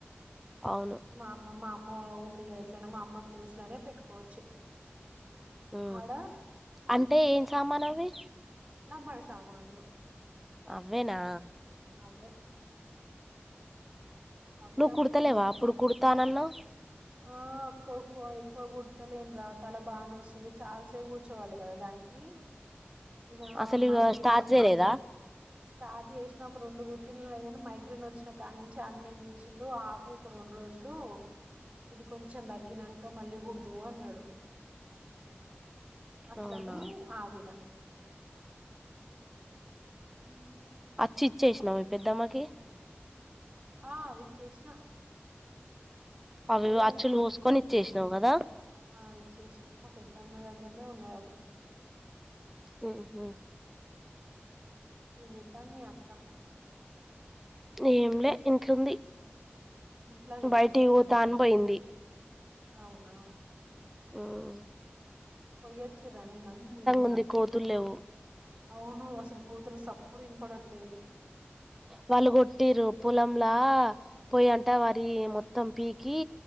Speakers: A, in the centre; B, on the right (about 25°).
A: అవును
B: మ మామ్మ ఉ ఇగా ఎట్లనా మా అమ్మ ప్లేస్ లోనే పెట్టుకోవచ్చు
A: ఉ
B: ఆడ
A: అంటే ఏం సామానవి
B: <unintelligible> సామాన్లు
A: అవ్వేనా
B: అవ్వే అవేమో
A: నువ్వు కుడతలేవా అప్పుడు కుడతానాన్నవ్
B: ఆ ఎక్క్క ఎక్కువ గుర్తలేని తర్వాత అలా బాగానే వస్తుంది చాలాసేపు కూర్చోవాలి కదా దానికి ఇక
A: అసలు ఇక
B: మైగ్రేన్
A: స్టార్ట్ చేయలేదా
B: స్టార్ట్ చేసిన ఒక రెండు గు పుట్టిన లేగాని మైగ్రైన్ వచ్చిన కాడ నుంచి అన్నయ్య చేసిండు ఆపు ఒక రెండు రోజులు ఇది కొంచెం తగ్గినాక మళ్ళీ కుడదుము అన్నాడు అట్లని
A: అవునా
B: ఆగిన మ్
A: చ్చిచ్చేసినావు పెద్దమ్మకి
B: ఆ విచేష్ణ అప్పుడే
A: అవి
B: పంపించింది.
A: అచ్చులు పోసుకొని
B: మా పెద్దమ్మా
A: ఇచ్చేసినావు కదా
B: ఆ ఇచ్చేసిన మా పెద్దమ్మ అది ఇయ్న్నే ఉన్నాయి అవి
A: ఓ ఓ
B: ఏమ్ చెత్తది మీ అక్క
A: ఏంలే ఇంట్లుంది
B: ఇంట్లోకి పోయిందా
A: బయటికి
B: ఆమె
A: పోతా అని పోయింది.
B: అవునా
A: హ్మ్
B: పోయ్యొచ్చిరానే <unintelligible>
A: ఉంది కోతులు లేవు
B: అవును అసలు కోతుళ్ళ సప్పుడే వినపడట్లేదు.
A: వాళ్ళు కొట్టిరు పొలంలా పోయట వారి మొత్తం పీకి